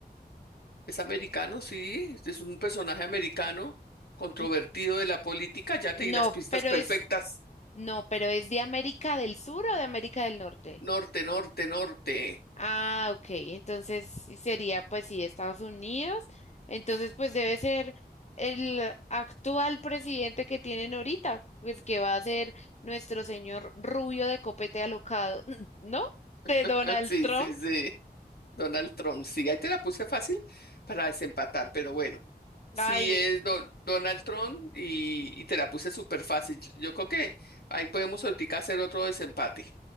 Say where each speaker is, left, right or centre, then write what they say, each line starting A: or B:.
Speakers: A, on the left; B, on the left.
A: Es americano, sí, es un personaje americano, controvertido
B: N-
A: de la política. Ya
B: No,
A: te di las pistas
B: pero
A: perfectas.
B: es, no, pero es de América del Sur o de América del Norte.
A: Norte, norte, norte.
B: Ah, ok. Entonces sí sería, pues sí, Estados Unidos. Entonces, pues debe ser el actual presidente que tienen ahorita, pues que va a ser nuestro señor rubio de copete alocado, <laughs> ¿no? De Donald
A: <laughs> Sí,
B: Trump.
A: sí, sí. Donald Trump, sí, ahí te la puse fácil para desempatar, pero bueno. Sí,
B: Ay,
A: es Don- Donald Trump y, y te la puse súper fácil. Yo creo que ahí podemos ahorita hacer otro desempate.